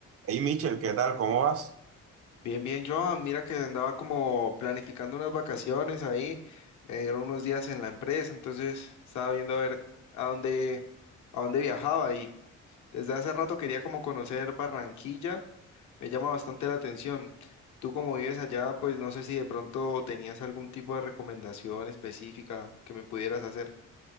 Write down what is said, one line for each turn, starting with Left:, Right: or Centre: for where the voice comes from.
Right: Hey Michel, ¿qué tal? ¿Cómo vas?
Left: Bien, bien, Joan, mira que andaba como planificando unas vacaciones ahí, me dieron unos días en la empresa, entonces estaba viendo a ver a dónde, a dónde viajaba y desde hace rato quería como conocer Barranquilla, me llama bastante la atención. Tú como vives allá, pues no sé si de pronto tenías algún tipo de recomendación específica que me pudieras hacer.